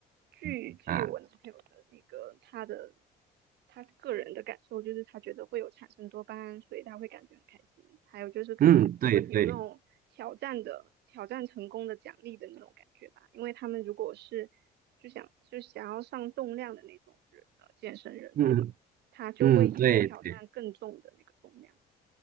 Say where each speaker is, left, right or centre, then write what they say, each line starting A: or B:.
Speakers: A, on the right (about 75°); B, on the right (about 55°).
A: 据据我男朋友的那个他的
B: <laughs> 啊，
A: 他个人的感受，就是他觉得会有产生多巴胺，所以他会感觉很开心。还有就是可能有那种挑战的挑战成功的奖励的那种感觉吧，
B: 嗯，对对，
A: 因为他们如果是就想就想要上重量的那种人呃健身人的话，
B: 嗯
A: 他就会一直挑战更重的那个重量。
B: 嗯，对对。